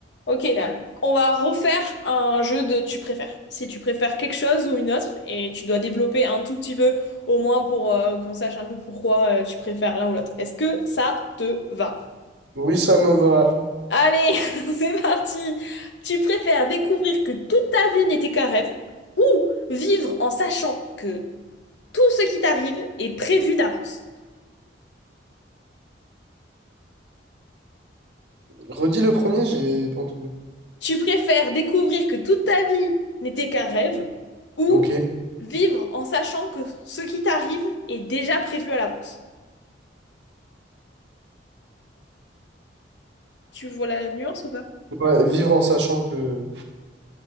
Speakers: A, on the left (about 75°); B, on the right (about 70°).
A: Ok, là. On va refaire un jeu de tu préfères. Si tu préfères quelque chose ou une autre, et tu dois développer un tout petit peu, au moins pour euh, qu'on sache un peu pourquoi euh, tu préfères l'un ou l'autre. Est-ce que ça te va?
B: Oui, ça me va.
A: Allez, <laughs> c'est parti! Tu préfères découvrir que toute ta vie n'était qu'un rêve, ou vivre en sachant que tout ce qui t'arrive est prévu d'avance?
B: Redis le premier, j'ai pas entendu.
A: Tu préfères découvrir que toute ta vie n'était qu'un rêve ou
B: Ok.
A: vivre en sachant que ce qui t'arrive est déjà prévu à l'avance? Tu vois la nuance ou pas?
B: Ouais, vivre en sachant que,